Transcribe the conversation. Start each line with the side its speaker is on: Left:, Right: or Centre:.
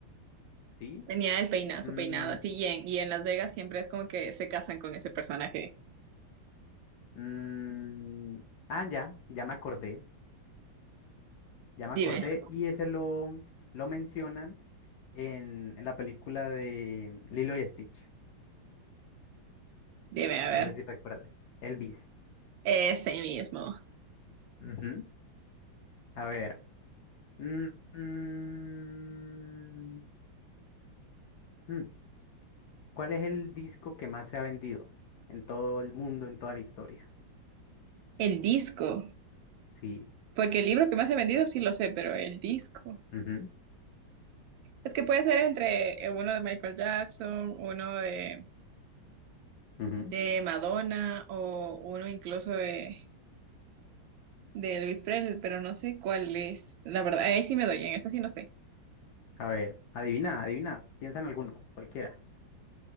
Left: Sí,
Right: Tenía el peinado,
Left: Mm,
Right: su peinado así, y en, y en Las Vegas siempre es como que se casan con ese personaje.
Left: mm, ah, ya, ya me acordé, ya me
Right: Dime,
Left: acordé y ese lo, lo mencionan en, en la película de Lilo y Stitch,
Right: dime, a ver.
Left: no sé si recuerdas, Elvis.
Right: Ese mismo.
Left: Ujú. A ver, mm, mm, mm, ¿cuál es el disco que más se ha vendido en todo el mundo, en toda la historia?
Right: El disco,
Left: Sí,
Right: porque el libro que más he vendido sí lo sé, pero el disco.
Left: ujú,
Right: Es que puede ser entre eh, uno de Michael Jackson, uno de
Left: ujú.
Right: de Madonna o uno incluso de, de Elvis Presley, pero no sé cuál es. La verdad, ahí sí me doy, en esa sí no sé.
Left: A ver, adivina, adivina, piensa en alguno, cualquiera.